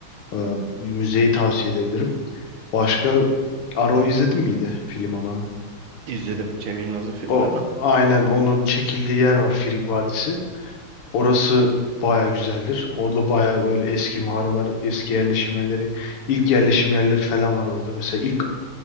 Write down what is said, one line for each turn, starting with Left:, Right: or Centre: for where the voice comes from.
Left: Ee, bu müzeyi tavsiye edebilirim. Başka Arrow izledin miydi film olan?
Right: İzledim Cem Yılmaz'ın filmini
Left: O
Right: ama
Left: aynen onun çekildiği yer var Frig Vadisi. Orası baya güzeldir. Orada baya böyle eski mağaralar, eski yerleşim yerleri, ilk yerleşim yerleri falan var orada. Mesela ilk